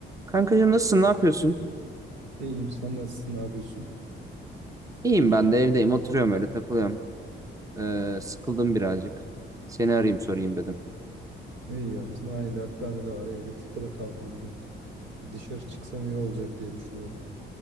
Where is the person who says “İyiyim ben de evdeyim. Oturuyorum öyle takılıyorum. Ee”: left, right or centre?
Right